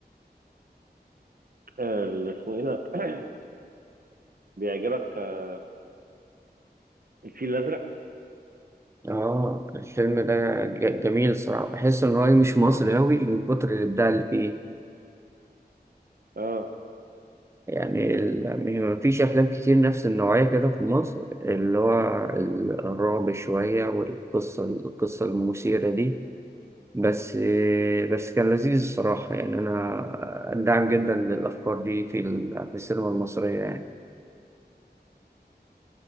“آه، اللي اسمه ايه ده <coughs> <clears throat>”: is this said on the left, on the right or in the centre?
Right